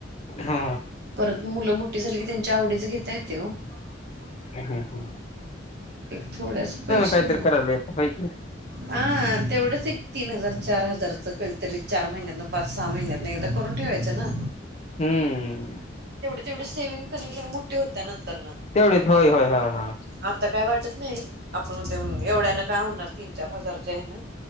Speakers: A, on the right (about 55°); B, on the left (about 35°).
A: <inaudible>
B: हा
A: परत मुलं मोठी झाली की त्यांच्या आवडीच घेता येतय ओ. <inaudible>
B: ह
A: <inaudible> एक थोडेस पैसे.
B: काहीतरी करायला येत पाहिजे
A: हा तेवढंच एक तीन हजार चार हजारचं काहीतरी. चार महिन्यातनं पाच सहा महिन्यातन एकदा करून ठेवायचं ना,
B: हम्,
A: तेवढ सेव्हिंग <unintelligible> होत्या नंतर
B: तेवढेच होय होय ह हा
A: आता काय वाटत. नाही <unintelligible> आपण एवढ्यान काय होणार तीन चार हजारच्या हेन.